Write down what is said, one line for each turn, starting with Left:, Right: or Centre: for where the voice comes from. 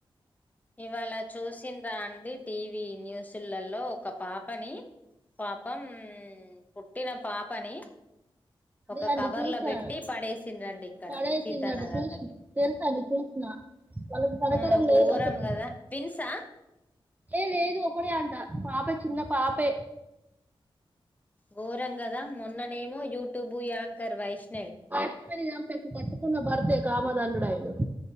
Left: ఇవాళ చూసిండ్రా అండి టీవీ న్యూసుల్లలో ఒక పాపని పాపం పుట్టిన పాపని
Right: అదే
Left: ఒక
Right: అండి
Left: కవర్
Right: చూసా
Left: లో పెట్టి పడేసిండ్రండి ఇక్కడ
Right: పడేసిందట
Left: సీతానగర్
Right: చూసినా
Left: దగ్గర
Right: తెలుసా అండి చూసిన వాళ్ళకు కనికరం
Left: ఆ ఘోరం
Right: లేదు అసలు
Left: కదా ట్విన్సా
Right: ఏ లేదు ఒకడే అంట పాప చిన్న పాపే
Left: గోరం కదా మొన్న నేమొ యూట్యూబు యాంకర్ వైష్ణ్
Right: <unintelligible> చెంపేసింది కట్టుకున్న బర్తే కామన్ <unintelligible>